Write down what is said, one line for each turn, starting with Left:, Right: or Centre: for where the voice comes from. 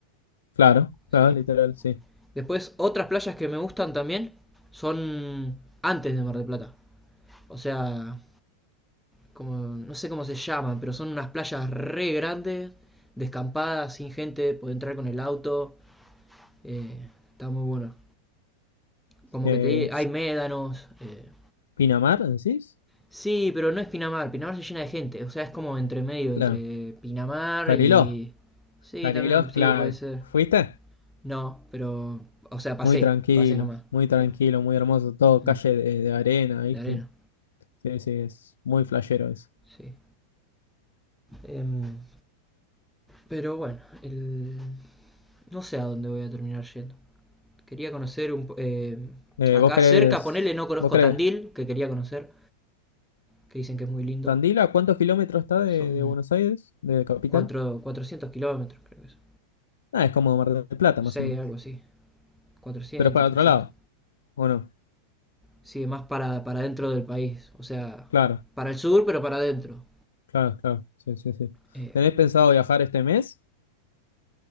Left: Claro, claro,
Centre: Sí.
Left: literal, sí.
Centre: Después, otras playas que me gustan también son antes de Mar del Plata. O sea, como, no sé cómo se llaman, pero son unas playas re grandes, descampadas, sin gente, puede entrar con el auto. eh, está muy bueno. como
Left: Eh,
Centre: que te hay médanos. eh,
Left: ¿Pinamar, decís?
Centre: sí, pero no es Pinamar. Pinamar se llena de gente. O sea, es como entre medio, entre
Left: Claro.
Centre: Pinamar
Left: Cariló.
Centre: y... Sí,
Left: Cariló
Centre: también,
Left: es
Centre: sí,
Left: clave.
Centre: puede ser.
Left: ¿Fuiste?
Centre: No, pero... O sea, pasé,
Left: Muy tranquilo,
Centre: pasé nomás.
Left: muy tranquilo,
Centre: Pero...
Left: muy hermoso. Todo
Centre: mm,
Left: calle de, de arena, ¿viste?
Centre: la arena,
Left: Sí, sí, es muy flashero eso.
Centre: sí. Em, pero bueno, el- no sé a dónde voy a terminar yendo. Quería conocer un... po- em,
Left: Eh,
Centre: acá
Left: ¿vos crees?
Centre: cerca, ponele, no conozco
Left: ¿Vos crees?
Centre: Tandil, que quería conocer, que dicen que es muy lindo.
Left: ¿Tandil a cuántos kilómetros está de,
Centre: Son
Left: de Buenos Aires, de capital?
Centre: cuatro, 400 kilómetros, creo que es.
Left: Ah, es como Mar del Plata,
Centre: Sí,
Left: más o menos.
Centre: algo así. 400,
Left: Pero es para
Centre: 300.
Left: otro lado, ¿o no?
Centre: Sí, más para, para dentro del país. O sea,
Left: Claro,
Centre: para el sur, pero para adentro.
Left: claro, claro. Sí, sí, sí.
Centre: Eh,
Left: ¿Tenés pensado viajar este mes?